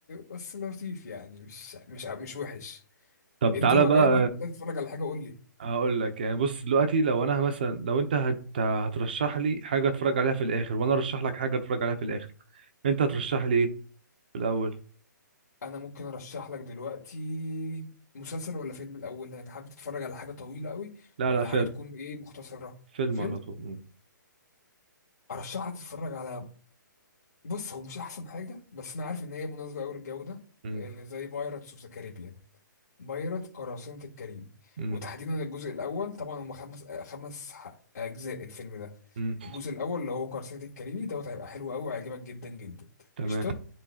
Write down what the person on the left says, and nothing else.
بس لطيف يعني مش مش مش وحش
انت
لو
جاي معاك تتفرج على حاجه قول لي
انا ممكن ارشح لك دلوقتي مسلسل ولا فيلم الاول يعني حابب تتفرج على حاجه طويله قوي
ولا
حاجه تكون ايه مختصره
فيلم
ارشحك تتفرج على بص هو مش احسن حاجه بس انا عارف ان هي مناسبه قوي للجو ده
آه، زي بايرتس اوف ذا كاريبيان بيرت قراصنة الكاريبي
وتحديدا الجزء الأول طبعا هم خمس خمس ح- أجزاء الفيلم ده
الجزء الأول اللي هو قراصنة الكاريبي دوت هيبقى حلو أوي هيعجبك جدا جدا
قشطة